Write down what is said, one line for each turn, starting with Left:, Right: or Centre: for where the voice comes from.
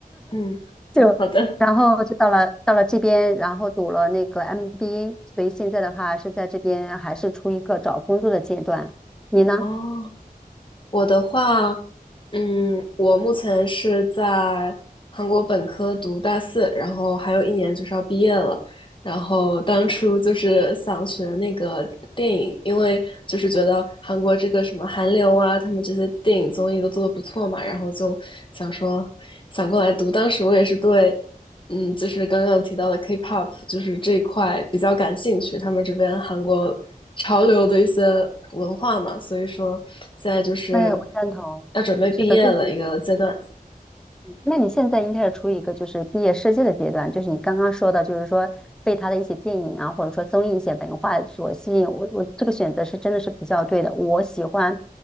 Left: 嗯，
Centre: 就
Left: 好的，
Centre: 然后就到了到了这边，然后读了那个 MBA，所以现在的话是在这边还是处于一个找工作的阶段。你呢？
Left: 哦。我的话，嗯，我目前是在韩国本科读大四，然后还有一年就是要毕业了。然后当初就是想学那个电影，因为就是觉得韩国这个什么韩流啊，他们这些电影综艺都做的不错嘛，然后就想说想过来读。当时我也是对。嗯，就是刚刚有提到的 K-pop，就是这一块比较感兴趣，他们这边韩国潮流的一些文化嘛，所以说现在就是
Centre: 哎，我赞同。
Left: 要准备毕业的一个阶段。
Centre: 是的，就是你，那你现在应该是处于一个就是毕业设计的阶段，就是你刚刚说的，就是说被他的一些电影啊，或者说综艺一些文化所吸引。我我这个选择是真的是比较对的。我喜欢